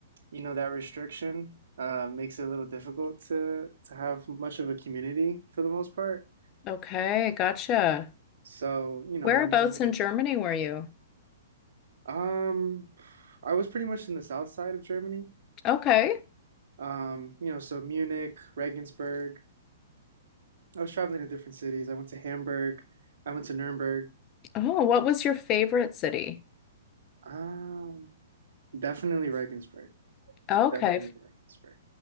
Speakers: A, on the right (about 65°); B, on the left (about 30°).
A: you know, that restriction uh, makes it a little difficult to to have much of a community for the most part.
B: Okay, gotcha.
A: So, you know,
B: Whereabouts
A: when you're
B: in Germany were you?
A: Um, I was pretty much in the south side of Germany.
B: Okay.
A: Um, you know, so Munich, Regensburg. I was traveling to different cities. I went to Hamburg. I went to Nuremberg.
B: Oh, what was your favorite city?
A: Um, definitely Regensburg.
B: Okay,
A: Definitely Regensburg.